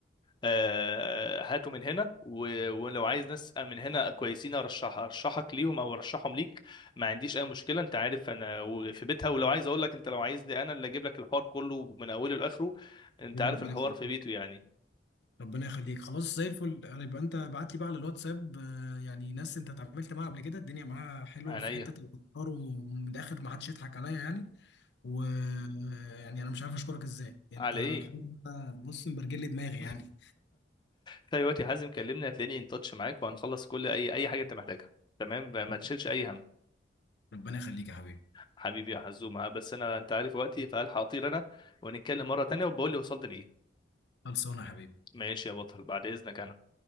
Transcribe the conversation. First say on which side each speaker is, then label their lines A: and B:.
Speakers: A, on the left; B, on the left.
A: آه هاتوا من هنا و- ولو عايز ناس من هنا كويسين ارشح ارشحك ليهم او ارشحهم ليك ما عنديش اي مشكله انت عارف انا و- في بيتها ولو عايز اقول لك انت لو عايزني انا اللي اجيب لك الحوار كله من اوله لاخره انت
B: حبيبي
A: عارف
B: ربنا
A: الحوار
B: يخليك
A: في بيته يعني
B: ربنا يخليك خلاص زي الفل يبقى أنت بعت لي بقى على الواتساب آه، يعني ناس أنت اتعاملت معاها قبل كده الدنيا معاها حلوة
A: عينيا
B: في حتة الأفكار ومن الآخر ما حدش يضحك عليا يعني ويعني انا مش عارف اشكرك ازاي انت
A: على
B: انا
A: ايه
B: الحمد لله بص مبرجل لي دماغي
A: <laughs>
B: يعني
A: في اي وقت يا حازم كلمني هتلاقيني ان تاتش معاك وهنخلص كل اي اي حاجه انت محتاجها تمام ما
B: رب-
A: تشيلش اي هم
B: ربنا يخليك يا حبيبي
A: حبيبي يا حزومة آه، بس أنا أنت عارف وقتي فألحق أطير أنا ونتكلم مرة تانية وبقول لي وصلت لإيه
B: خلصانه يا حبيبي
A: ماشي يا بطل بعد إذنك أنا